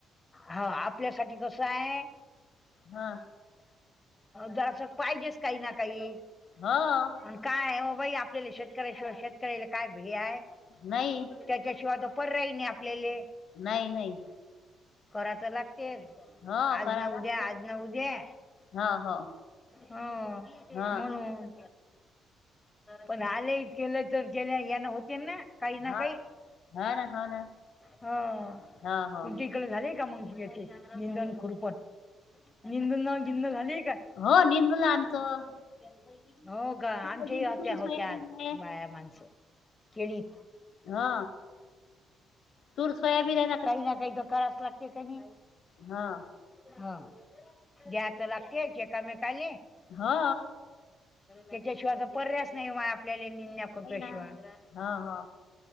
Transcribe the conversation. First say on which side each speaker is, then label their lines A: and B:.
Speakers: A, on the left (about 20°); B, on the left (about 70°).
A: हा आपल्यासाठी कस हाय?
B: हा!
A: जरास पाहिजेच काही ना काही.
B: हो!
A: आणि काय ओ बाई आपल्याला शेतकऱ्याशिवाय शेतकऱ्याला काय भेय आहे
B: नाही
A: त्याच्याशिवाय पर राही नाही आपल्याले.
B: नाही नाही.
A: करा तर लागतेच
B: हो
A: आज
B: करा
A: न
B: लागते
A: उद्या आज न उद्या.
B: हो हो
A: हो
B: हो
A: म्हणून. पण आलेत केलं तर केले याना होते ना. काही ना
B: हो
A: काही
B: हो ना हो ना
A: हा
B: हो हो
A: तुमची कडे झालेय का मंग याचे निंदन खुरपण निंदन <unintelligible> झाली का? हो
B: हो निंदलं आमचं
A: गा
B: सोयाबीन
A: आमच्या या होत्या
B: तूर
A: होत्या
B: सोयाबीन
A: आज
B: आहे
A: बाया मान केळीत
B: हो तूर सोयाबीन आहे
A: काही ना काही तर करावच लागते क नी.
B: हा.
A: हा द्यात लागतेच एकामेकाले.
B: हा.
A: त्याच्याशिवाय तर पर्यायच नाही म आपल्याले निन्या खुरप्या
B: नाही ना
A: शिवाय.
B: हा हा